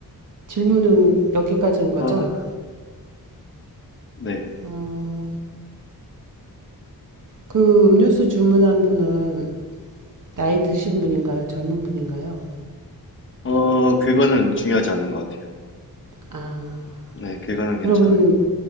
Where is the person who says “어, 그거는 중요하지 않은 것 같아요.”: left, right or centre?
Left